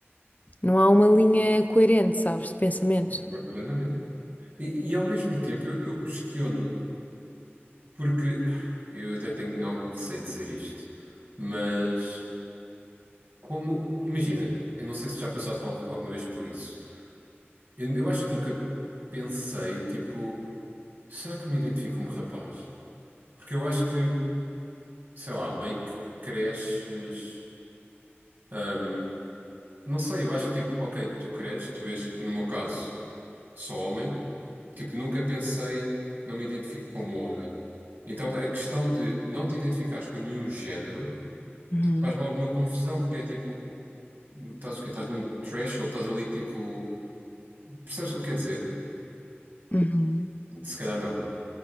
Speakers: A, on the left; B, on the right.
A: Não há uma linha coerente, sabes, de pensamento.
B: Concordo plenamente. E, e ao mesmo tempo eu, eu questiono-me, porque eu até tenho algum receio de dizer isto, mas como, imagina, eu não sei se já passaste al- alguma vez por isso. Eu, eu acho que nunca pensei, tipo, será que eu me identifico como rapaz? Porque eu acho que, sei lá, meio que cresces. hum, não sei, eu acho que tipo, ok, tu cresces, tu vês, no meu caso, sou homem. Tipo, nunca pensei, não me identifico como homem. Então, a questão de não te identificares com nenhum género
A: Uhum,
B: faz-me alguma confusão, porque é tipo, estás o quê? Estás num threshold, estás ali tipo. Percebes o que eu quero dizer?
A: uhum.
B: Se calhar não.